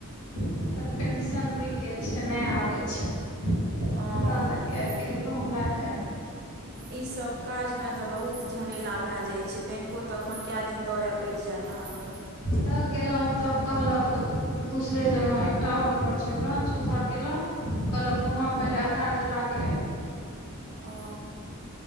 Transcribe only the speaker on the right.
ओ
ई सब काज मे तऽ बहुत झमेला भाए जाय छै, बैंको तखन काए दिन दौड़ाए पैड़ जाएत अहाँ के।
ओ
ओ।